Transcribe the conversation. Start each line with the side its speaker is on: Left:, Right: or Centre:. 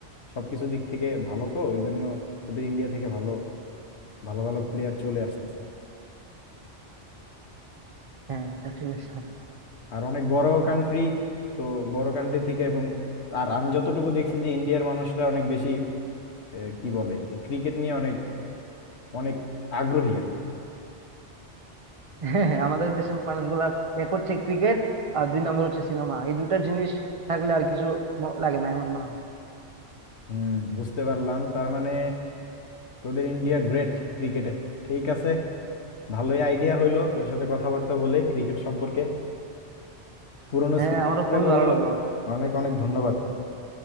Left: সবকিছু দিক থেকে ভালো তো এই জন্য ওদের ইন্ডিয়া থেকে ভালো ভালো ভালো প্লেয়ার চলে আসতেছে
Right: হ্যাঁ এটা ঠিক আছে
Left: আর অনেক বড় কান্ট্রি তো বড় কান্ট্রি থেকে এবং আর আমি যতটুকু দেখছি যে ইন্ডিয়ার মানুষরা অনেক বেশি আহ, কি বলে এই ক্রিকেট নিয়ে অনেক অনেক আগ্রহী আর কি
Right: হ্যাঁ হ্যাঁ আমাদের দেশের মানুষগুলা এক হচ্ছে ক্রিকেট আর দুই নম্বর হচ্ছে সিনেমা এই দুইটা জিনিস থাকলে আর কিছু ম- লাগে না এমন মনে হয়
Left: হুম বুঝতে পারলাম তার মানে তোদের ইন্ডিয়া গ্রেট ক্রিকেটে ঠিক আছে ভালোই আইডিয়া হইলো তোর সাথে কথাবার্তা বলে ক্রিকেট সম্পর্কে পুরনো
Right: হ্যাঁ
Left: স্মৃতিও
Right: আমারও
Left: মনে
Right: খুবই
Left: পড়লো
Right: ভালো লাগলো
Left: অনেক অনেক ধন্যবাদ